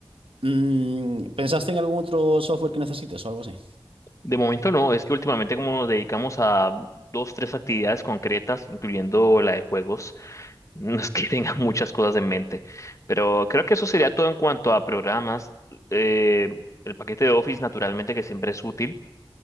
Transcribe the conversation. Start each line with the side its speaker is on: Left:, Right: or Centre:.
Right: Mm, ¿pensaste en algún otro software que necesites o algo así?
Left: De momento no, es que últimamente como nos dedicamos a dos, tres actividades concretas, incluyendo la de juegos, <laughs> no es que <laughs> tenga muchas cosas en mente. Pero creo que eso sería todo en cuanto a programas. eh, el paquete de Office, naturalmente, que siempre es útil.